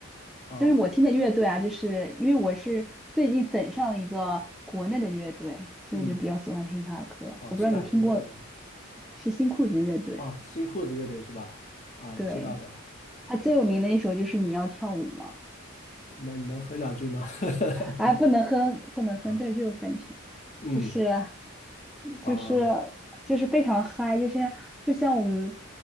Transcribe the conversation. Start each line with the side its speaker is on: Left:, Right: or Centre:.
Left: 啊
Centre: 但是我听的乐队啊，就是因为我是最近粉上了一个国内的乐队，所以我就比较喜欢听他的歌。
Left: 嗯哦，
Centre: 我不知道你听过，
Left: 是哪一个乐队呢？
Centre: 是新裤子乐队，
Left: 哦，新裤子乐队是吧？啊，
Centre: 对，
Left: 知道的。
Centre: 他最有名的一首就是《你要跳舞吗》。
Left: 那你能哼两句吗？<laughs>
Centre: 哎，不能哼，不能哼，
Left: 啊，
Centre: 这就是有版权，
Left: 嗯
Centre: 就是
Left: 啊，
Centre: 就是就是非常嗨，就是就像我们